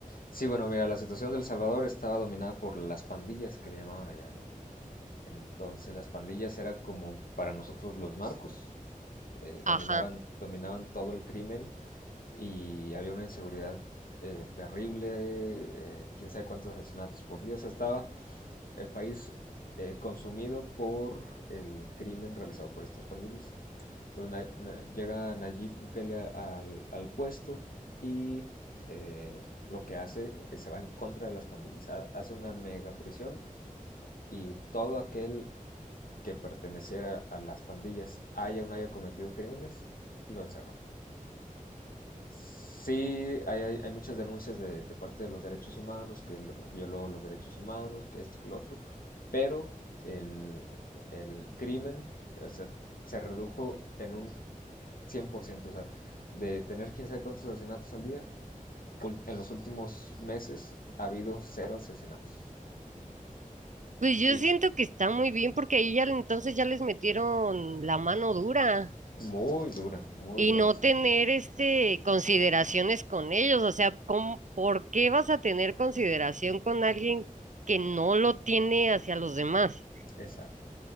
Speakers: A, on the left; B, on the right.
A: sí, bueno, mira, la situación de El Salvador estaba dominada por las pandillas que le llamaban allá, ¿no? Entonces las pandillas eran como para nosotros los narcos, eh, dominaban,
B: Ajá.
A: dominaban todo el crimen y había una inseguridad eh, terrible, eh, quién sabe cuántos asesinatos por día, o sea, estaba el país eh, consumido por el crimen realizado por estas pandillas. Entonces na, na, llega Nayib Bukele al, al puesto y eh, lo que hace es se va en contra de las pandillas, hace una mega prisión y todo aquel que perteneciera a las pandillas haya o no haya cometido crímenes, lo encerró. Sí, hay, hay muchas denuncias de, de, parte de los derechos humanos, que violó los derechos humanos, que esto, que lo otro, pero el, el crimen o se redujo en un cien por ciento o sea, de tener quién sabe cuántos asesinatos al día, en los últimos meses ha habido cero asesinatos.
B: Pues yo
A: Y
B: siento que está muy bien porque ahí ya entonces ya les metieron la mano dura
A: muy dura, muy
B: y
A: dura.
B: no tener este consideraciones con ellos. O sea, ¿cómo- por qué vas a tener consideración con alguien que no lo tiene hacia los demás?
A: Exacto.